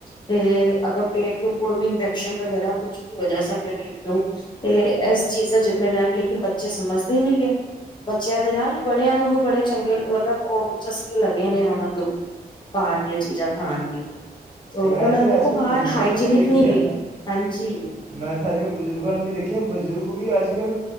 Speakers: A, on the left; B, on the right.
A: ਤੇ ਅਗਰ ਪੇਟ ਨੂੰ ਕੋਈ ਵੀ ਇਨਫੈਕਸ਼ਨ ਵਗੈਰਾ ਕੁਛ ਵੀ ਹੋ ਜਾ ਸਾਡੇ ਢਿੱਡ ਨੂੰ <inaudible> ਤੇ ਇਸ ਚੀਜ਼ ਦਾ ਜਿੰਮੇਦਾਰ ਲੇਕਿਨ ਬੱਚੇ ਸਮਝਦੇ ਨੀ ਗ ਬੱਚਿਆਂ ਦੇ ਨਾਲ ਬੜਿਆਂ ਨੂੰ ਵੀ ਬੜੇ ਚੰਗੇ ਮਤਲਬ ਉਹ ਚਸਕੇ ਲੱਗੇ ਨੇ ਉਹਨਾਂ ਨੂੰ ਭਾਰ ਦੀਆਂ ਚੀਜ਼ਾਂ ਖਾਣ ਦੀ ਤੇ ਉਹਨਾਂ
B: ਮੈਂ ਤੇ
A: ਦੇਖੋ
B: ਅੱਜ ਕੱਲ੍ਹ
A: ਬਾਹਰ
B: ਬਜ਼ੁਰਗਾਂ
A: ਹਾਈਜੀਨਿਕ
B: ਨੂੰ ਵੀ ਦੇਖਿਆ
A: ਨਹੀਂ ਗਏ ਨੇ ਹਾਂਜੀ।
B: ਮੈਂ ਤਾਂ ਅੱਜ ਕੱਲ੍ਹ ਬਜ਼ੁਰਗਾਂ ਨੂੰ ਵੀ ਦੇਖਿਆ ਦੇਖਿਆ, ਬਜ਼ੁਰਗ ਵੀ ਅੱਜ ਕੱਲ